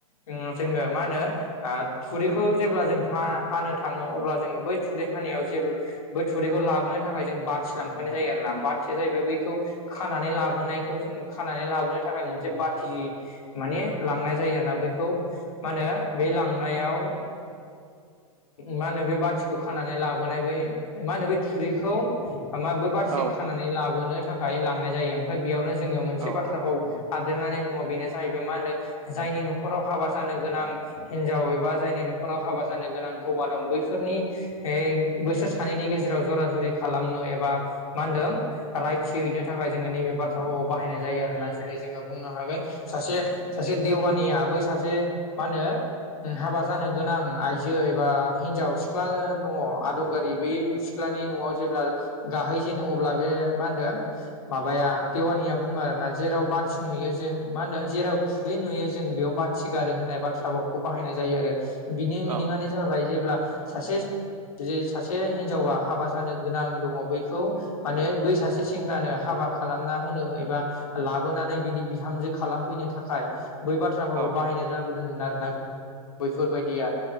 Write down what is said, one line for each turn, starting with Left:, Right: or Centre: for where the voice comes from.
Left: जोङो मा होनो थुरिखौ जेब्ला जों हा हानो थाङो अब्ला जोङो बै थुरि हानायाव जेब्ला बै थुरैखौ लाबोनो थाखाय जों बाथि लांफैनाय जायो आरो ना बाथिया जाहैबाय बैखौ खानानै लाबोनायखौ जों खानानै लाबोनो थाखाय मोनसे बाथि माने लांनाय जायो आरोना बैखौ मा होनो बे लांनायाव मा होनो बे बाथिखौ खानानै लाबोनाय बो मा होनो बे थुरिखौ बै बारथिं
Right: औ
Left: खानानै लाबोनो थाखाय लांनाय जायो। ओमफ्राय बेयावनो जोङो मोनसे
Right: औ
Left: बाथ्राखौ
Right: औ
Left: आबदेरनानै दङ बेनो जाहैबाय मा होनो जायनि न'खराव हाबा जानो गोनां हिनजाव एबा जायनि न'खराव हाबा जा गोनां हौवा दं बैफोरनि बोसोर सानैनि गेजेराव जरा जरि खालामनो एबा मा होनदों रायथि हैैनो थाखाय जोङो नैबे बाथ्राफोरखौ बाहायनाय जायो आरोना जेरै जोङो बुंनो हागोन सासे सासे देवानिया बै सासे मा होनो हाबा जानो गोनां आइजो जेबा हिनजाव सिख्ला दङ आदुंगारि बे सिख्लानि न'आव जेब्ला गाहै जेनो अब्ला बे मा होनदों माबाया देवानिया बुङो आरोना जेराव बाथि नुयो जों मा होनदों जेराव थुरै नुयो जों बेयाव बाथि गारो होननाय बाथ्राखौ बाहायनाय जायो आरो बिनि मिनि
Right: औ
Left: हाबाय जेब्ला सासे सासे हिनजावा हाबा जानो गोनां दङ बैखौ माने बै सासे सेंग्रानो हाबा खालामना होनो एबा लाबोनानै बिनि बिहामजो खालामफैनो थाखाय बै बाथ्राफोरखौ
Right: औ
Left: बाहायनाय जाबोदोंमोन आरोना बैफोरबायदिया